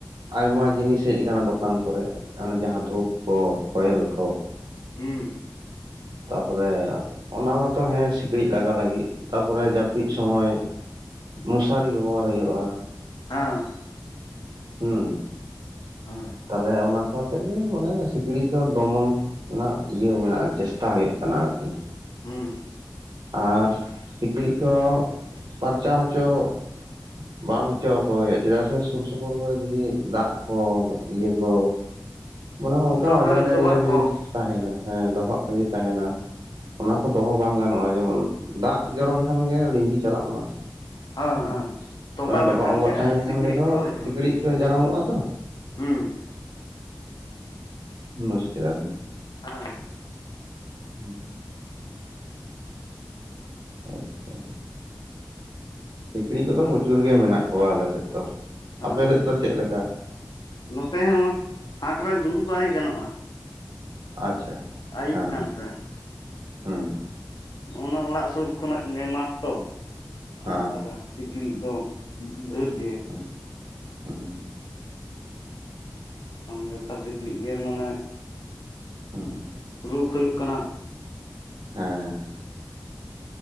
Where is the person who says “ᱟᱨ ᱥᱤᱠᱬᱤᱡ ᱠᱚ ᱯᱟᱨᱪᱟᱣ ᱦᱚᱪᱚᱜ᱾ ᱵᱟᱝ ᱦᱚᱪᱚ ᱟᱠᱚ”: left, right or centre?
Right